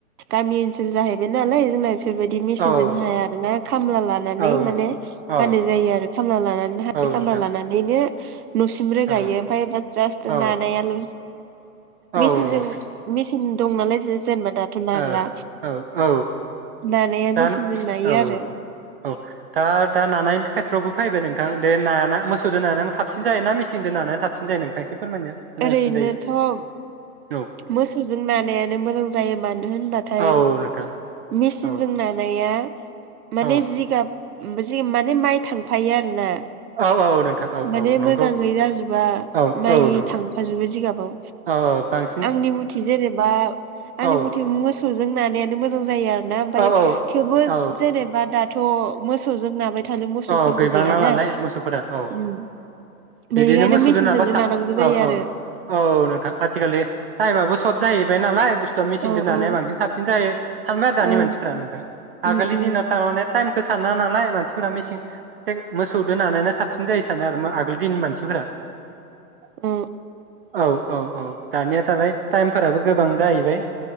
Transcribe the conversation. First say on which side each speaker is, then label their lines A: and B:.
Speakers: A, on the right (about 80°); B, on the right (about 40°).
A: गामि ओनसोल जाहैबाय नालाय जोंना बेफोरबायदि बिदि मेसिन
B: औ
A: जों हाया आरो ना खामला लानानै
B: औ
A: माने
B: औ
A: हानाय जायो आरो खामला ला लाना
B: औ
A: खामला
B: नोंथां
A: लानानैनो न'सिम रोगायो
B: औ
A: ओमफ्राय जास्त
B: औ
A: नानायाल'
B: औ ओ
A: मेसिनजों मेसिन दं नालाय जे जेनेबा दाथ' नाग्रा
B: ओ औ औ
A: नानाया
B: दा
A: मेसिनजों नायो
B: औ
A: आरो
B: औ दा दा नानाय खेथ्रयावबो फैबाय नोंथां दे नाया मोसौजों नानाया साबसिन जायो ना मेसिन सिनजों नानाया साब सिन जायो नोंथां एसे फोरमायनो मोजांसिन
A: ओरैनोथ'
B: जायो
A: मोसौजों नानायानो मोजां जायो मानो होनबाथाय
B: औ नोंथां
A: मेचिनजों
B: औ
A: नानाया माने
B: औ
A: जिगाब उम जि माने माइ थांफायो आरो ना
B: औ औ नोंथां औ
A: माने
B: औ नंगौ
A: मोजाङै जाजोबा
B: औ
A: माइ
B: औ नंगौ
A: थां फाजोब बेजिगाबाव
B: औ औ टां
A: आंनि मथि जेनेबा आंनि
B: औ
A: मथि मोसौजों नानायानो मोजां जायो आरो ना ओमफफ्राय
B: औ
A: थेवबो
B: औ
A: जेनेबा दाथ' मोसौजों नाबाय थानो मोसौफोरबो
B: अह गैबांनानालाय
A: गैयाना
B: मोसौफोरा औ
A: उम
B: बिदिनो
A: बेनिखायनो
B: मोसौदो
A: मेचिनजोंनो
B: नाबा साफ
A: नानांगौ जायो
B: औ
A: आरो
B: औ औ नोंथां आथिखाललि टाइमाबो सथ जाहैबाय नालाय बुस थ' मिसिंदो
A: औ
B: नानाया
A: औ
B: बांसिन थाबसिन जायो सानबाय आरो दानि
A: ओं
B: मानसिफोरा नोंथां
A: उम
B: आगोलनि
A: उम
B: दिनाव थारमाने टाइमखौ साना नालाय मान फ्रा मिसिं टेक मोसौदो नानायना साबसिन जायो। सानो‌ आरोमा आगोल दिन मानसिफोरा
A: अ
B: औ औ औ दानिया दालाय टाइमफोराबो गोबां जाहैबाय।